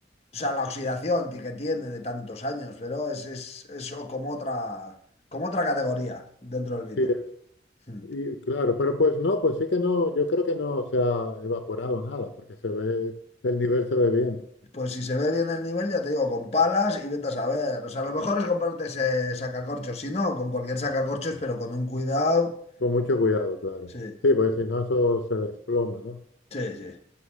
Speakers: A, on the left (about 35°); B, on the left (about 75°).
A: sea, la oxidación ti- que tiene de tantos años, pero es, es eso como otra, como otra categoría dentro del vino.
B: sí,
A: <laughs> Mm.
B: y claro, pero pues no, pues sí que no, yo creo que no se ha evaporado nada, porque se ve, el nivel se ve bien,
A: Pues si se ve bien el nivel, ya te digo, con palas y vete a saber. O sea, lo mejor es comprarte ese sacacorchos, si no, con cualquier sacacorchos, pero con un cuidado.
B: con mucho cuidado, claro.
A: Sí,
B: Sí, pues si no eso se desploma, ¿no?
A: sí,